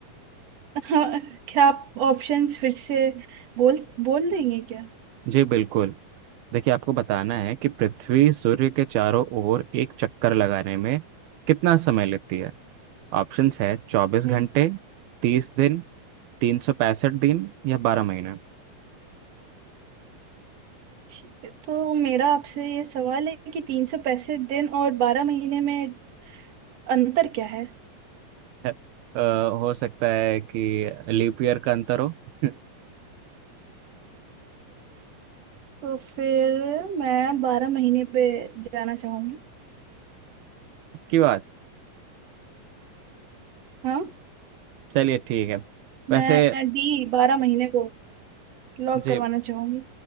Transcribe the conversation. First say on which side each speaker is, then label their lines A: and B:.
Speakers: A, on the right (about 50°); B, on the right (about 90°).
A: हाँ क्या आप ऑप्शंस फिर से बोल बोल देंगे क्या
B: जी बिल्कुल देखिए आपको बताना है कि पृथ्वी सूर्य के चारों ओर एक चक्कर लगाने में कितना समय लेती है ऑप्शंस है चौबीस
A: हम्म
B: घंटे तीस दिन तीन सौ पैंसठ दिन या बारह महीने
A: ठीक है तो मेरा आपसे ये सवाल है कि तीन सौ पैंसठ दिन और बारह महीने में अंतर क्या है
B: <laughs> अ, हो सकता है कि लीप ईयर का अंतर हो <laughs>
A: तो फिर मैं बारह महीने पे जाना चाहूंगी
B: क्यों
A: हाँ
B: चलिए ठीक है
A: मैं
B: वैसे
A: डी बारह महीने को लॉक
B: जी
A: करवाना चाहूंगी